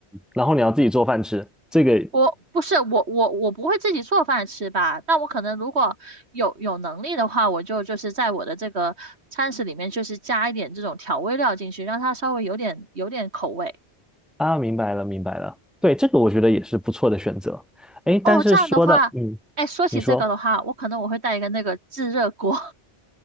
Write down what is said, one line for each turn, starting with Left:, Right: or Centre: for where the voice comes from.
Centre: 然后你要自己做饭吃，这个
Right: 我不是我我我不会自己做饭吃吧，但我可能如果有有能力的话，我就就是在我的这个餐食里面，就是加一点这种调味料进去，让它稍微有点有点口味。
Centre: 啊，明白了明白了，对，这个我觉得也是不错的选择。哎，
Right: 哦，
Centre: 但是说到嗯，
Right: 这样的话，哎，说起这个的话，
Centre: 你说。
Right: 我可能我会带一个那个自热锅。